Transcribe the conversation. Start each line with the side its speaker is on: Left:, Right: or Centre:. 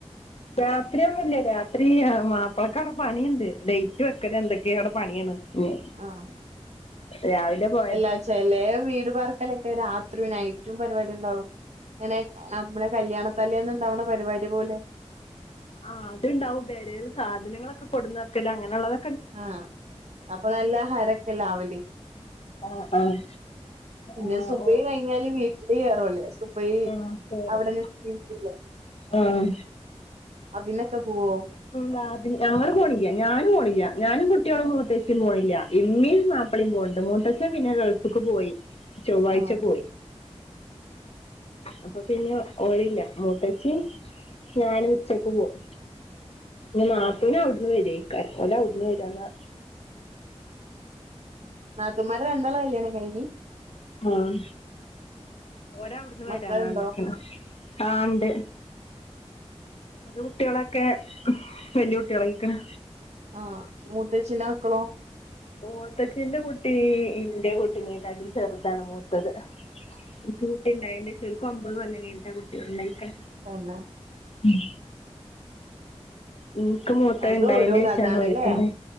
Left: രാത്രിയൊന്നും ഇല്ല്യ രാത്രില്ല്യ മാപ്പ്ളക്കവ്ടെ പണിണ്ട് ലെയ്റ്റ് വെക്കരെന്തെ ക്കെ അവ്ടെ പണിയാണ് ഞ്
Right: ആഹ്
Left: രാവിലെ പോ
Right: എല്ലാ ചെലേ വീട് പാർക്കലൊക്കെ രാതൃയും നയ്റ്റുംപരിവാടി ഇണ്ടാവും ഇങ്ങനെ അമ്മളെ കല്യാണത്താലേന്ന് ഇണ്ടാവ്ണ പര് വാടി പോലെ
Left: ആഹ് അത്ണ്ടാവും പെരേല് സാധനങ്ങളൊക്കെ കൊടുന്ന് വെക്കല് അങ്ങനള്ളത്
Right: ആഹ് അപ്പ നല്ലഹരൊക്കെല്ലാവല്
Left: ആഹ് ആഹ്
Right: പിന്നെ
Left: ആഹ്
Right: സുബയി
Left: ഓ
Right: കഴിഞ്ഞാല് വീട്ടില് കേറൊല്ലേ സുബ് ബയി
Left: ആഹ് കേറും
Right: അവടെ നിസ്കരിക്കുലെ
Left: ആഹ്
Right: അതിനൊക്കെ പൂവോ
Left: ഉം വാതില് ഞങ്ങള് പോണില്ല ഞാന് പോണില്ല ഞാനും കുട്ടിയാളും മൂത്തച്ചിം പോണില്ല ഇമ്മീം മാപ്പളീം പോവ്ണ്ട് മൂത്തച്ചൻ പിന്നെ ഗൾഫ്ക്ക് പോയി ചൊവ്വാഴ്ച്ച
Right: ആഹ്
Left: പോയി അപ്പൊ പിന്നെ ഓല് ല്ല മൂത്തച്ചിം ഞാനും ഉച്ചക്ക് പോവും ഞ് നാത്തൂന്
Right: ആഹ്
Left: അവ്ട്ന്ന് വെരൊയ് ക്കാരം ഒലൗവ്ട്ന്ന് വെരാന്നർഞ്ഞ്
Right: നാത്തൂമാരെ രണ്ടാളെ കല്യാണം കഴിഞ്ഞ്
Left: ആഹ് ഒരാവ്ട്ന്ന്
Right: മക്കളുണ്ടോ
Left: വെരാന്നർഞ്ഞക്ക്ണ് ആഹ് ഇണ്ട് ഒരു കുട്ടികളൊക്കെ വെല്യ കുട്ടികളയ്ക്ക്ണ്
Right: ആഹ് മൂത്തഛിന്റെ മക്കളോ
Left: മൂത്തച്ചിന്റെ കുട്ടി ഇന്റെ കുട്ടിനേക്കാട്ടിം ചെറ്താണ് മൂത്തത് ഇൻക്ക് കുട്ടിണ്ടായേന്റെഷം ഓല്ക് ഒമ്പത് കൊല്ലം കെഴ്ഞ്ഞ്ട്ടാ കുട്ടികള് ഇണ്ടായ്ക്ക്‌ണ്
Right: തന്നെ
Left: ഉം എനിക്ക് മൂത്തത്
Right: അത്
Left: ഇണ്ടായേൻ്റെഷാണ്
Right: ഓരോ കഥാണല്ലേ
Left: ഓര്ക്ക്ണ്ടായേ